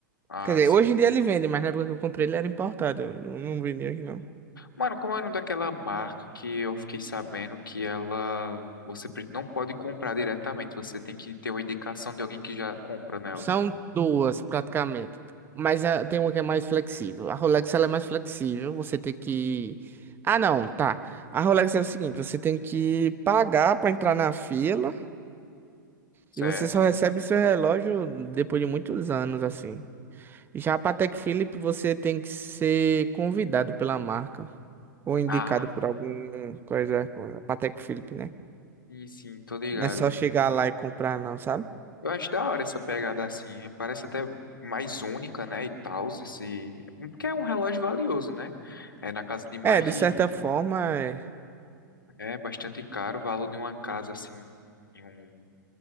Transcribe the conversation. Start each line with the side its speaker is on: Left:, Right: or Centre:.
Left: Ah,
Right: Quer dizer,
Left: sim.
Right: hoje em dia ele vende, mas na época que eu comprei ele era importado. Eu Não, não vendia aqui, não.
Left: Mano, como é o nome daquela marca que eu fiquei sabendo que ela... Você pre- não pode comprar diretamente. Você tem que ter uma indicação de alguém que já compra nela,
Right: São duas, praticamente. Mas ah, tem uma que é mais flexível. A Rolex, ela é mais flexível. Você tem que... Ah, não, tá. A Rolex é o seguinte, você tem que pagar pra entrar na fila
Left: certo?
Right: e você só recebe seu relógio depois de muitos anos, assim. Já a Patek Philippe, você tem que ser convidado pela marca ou indicado
Left: Ah,
Right: por alguma coisa, a Patek Philippe, né?
Left: sim, sim, tô ligado.
Right: Não é só chegar lá e comprar, não, sabe?
Left: Eu acho da hora essa pegada assim, parece até mais única, né, e tal, esse... Porque é um relógio valioso, né? É na casa de mais
Right: É, de
Left: de...
Right: certa forma, é
Left: É bastante caro o valor de uma casa, assim, em um